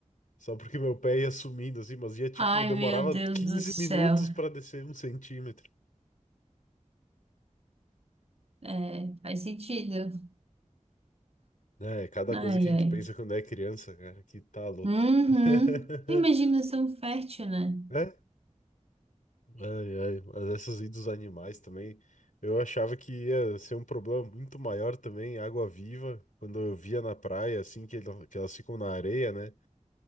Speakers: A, on the left; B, on the right.
A: Só porque meu pé ia sumindo, assim, mas ia, tipo,
B: Ai,
A: demorava
B: meu Deus
A: 15
B: do céu.
A: minutos pra descer um centímetro.
B: É, faz sentido.
A: É, é cada
B: Ai,
A: coisa que a
B: ai.
A: gente pensa quando é criança, cara, que tá louco.
B: Uhum.
A: <laughs>
B: Imaginação fértil, né?
A: É? Ai, ai, mas essas idas dos animais também, eu achava que ia ser um problema muito maior também, água-viva, quando eu via na praia, assim, que, ela- que elas ficam na areia, né?